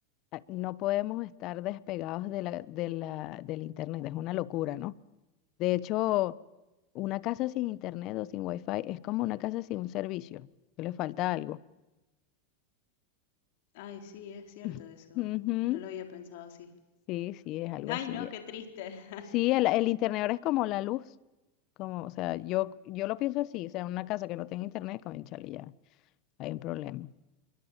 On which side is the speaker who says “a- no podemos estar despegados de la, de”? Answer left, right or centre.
Left